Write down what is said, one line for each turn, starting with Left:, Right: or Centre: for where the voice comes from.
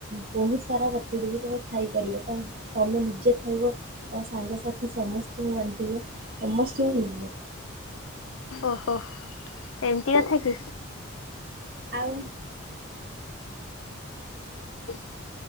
Right: ବୋହୁତ ସାରା ପଠେଇଦେବି ତମେ ଖାଇପାରିବ ତମ୍ ତମେ ନିଜେ ଖାଇବ ତମ ସାଙ୍ଗସାଥି ସମସ୍ତଙ୍କୁ ବାଣ୍ଟିବ ସମସ୍ତଙ୍କୁ ହେଇଯିବ।
Left: ଓହୋ। ଏମିତି କଥା କି
Right: ଆଉ
Left: ହ।